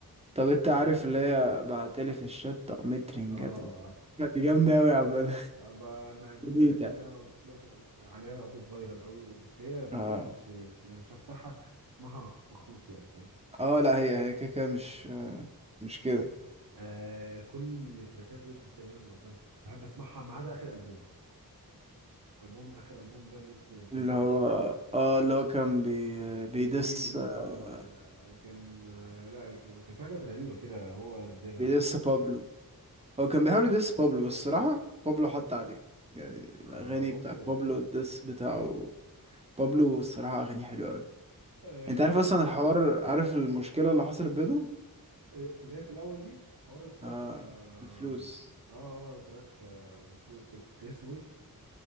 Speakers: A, on the right (about 15°); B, on the right (about 80°).
A: طب انت عارف
B: اه
A: اللي هي بعتلي في الشات طقمت رنجات
B: آه، عارف
A: لا، دي جامدة اوي يا عم
B: آه، ب- ما دي من
A: جميل
B: الاغاني
A: <laughs> يعني
B: اللي انا برضه عليها بيت فايرال قوي بس هي بس
A: اه
B: انا مش يعني مش هفتحها اسمعها مخصوص يعني
A: اه لا هي هي كده كده مش آه مش كده
B: آه كل تراكات ويجز تقريبا مثلا بحب اسمعها ما عدا اخر البوم البوم اخر البوم ده الويجز سيء
A: اللي
B: قوي
A: هو اه اللي هو كان بي بيدس
B: دقيقتين
A: آه
B: اه كان آه لا كان كان في حاجات غريبه كده هو نزلها
A: بيدس بابلو هو كان بيحاول يدس بابلو بس الصراحة بابلو حط عليه يعني
B: آه
A: الأغاني
B: لا بابلو
A: بتاع بابلو الدس بتاعه بابلو الصراحة أغاني حلوة أوي
B: آه
A: أنت
B: ليه
A: عارف
B: كريز
A: أصلا الحوار عارف المشكلة اللي حصلت بينهم
B: آه، اللي هي في الاول دي حوار تراك
A: آه
B: اه
A: الفلوس
B: اه آه، تراك آه اسمه كان كان اسمه ايه